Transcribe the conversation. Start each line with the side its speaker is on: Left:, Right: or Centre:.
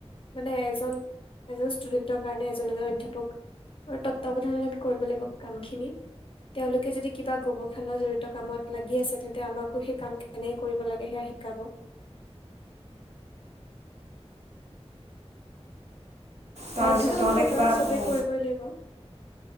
Left: মানে এজন এজন ষ্টুডেন্টৰ কাৰণে এজন এজন অধ্যাপক। আৰু তত্বাৱধানত আমি কৰিব লাগিব কাম খিনি। তেওঁলোকে যদি কিবা গবেষণা জড়িত কামত লাগি আছে তেন্তে আমাক কে সেই কাম কেনেকে কৰিব লাগে সেয়া শিকাব। <inaudible>
Right: তাৰপিছত
Left: বাধ্যয়তামূলক
Right: তহঁতে কিবা
Left: আৰু চবে কৰিবই লাগিব।